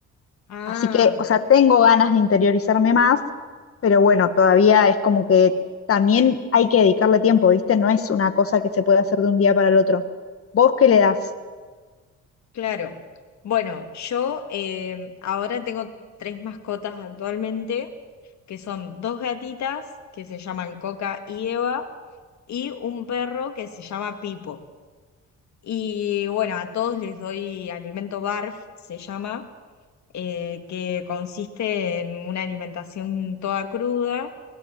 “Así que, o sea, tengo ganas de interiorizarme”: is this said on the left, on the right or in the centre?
Left